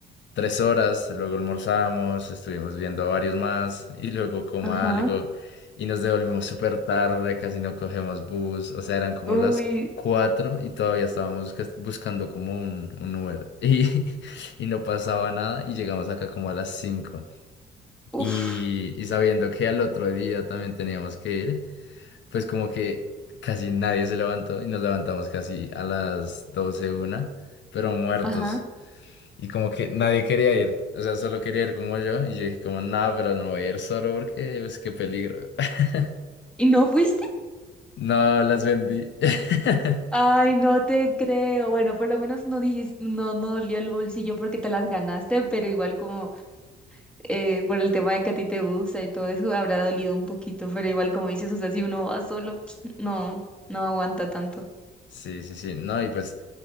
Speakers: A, on the left (about 65°); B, in the centre.
A: tres horas, luego almorzamos, estuvimos viendo varios más y luego como
B: ajá,
A: algo y nos devolvimos súper tarde, casi no cogemos bus, o sea, eran como
B: uy,
A: las cuatro y todavía estábamos busca- buscando como un, un Uber. <laughs> Y, y no pasaba nada y llegamos acá como a las cinco
B: uf.
A: Y, y sabiendo que al otro día también teníamos que ir, pues como que casi nadie se levantó y nos levantamos casi a las 12 una, pero muertos.
B: Ajá.
A: Y como que nadie quería ir, o sea, solo quería ir como yo. Y yo dije como, nada, pero no voy a ir solo porque, pues, qué peligro. <laughs>
B: ¿Y no fuiste?
A: No, las vendí. <laughs>
B: Ay, no te creo. Bueno, por lo menos no dijiste, no, no dolió el bolsillo porque te las ganaste, pero igual como eh, por el tema de que a ti te gusta y todo eso habrá dolido un poquito, pero igual como dices, o sea, si uno va solo, <sniffs> <tsk> no, no aguanta tanto.
A: Sí, sí, sí. No, y pues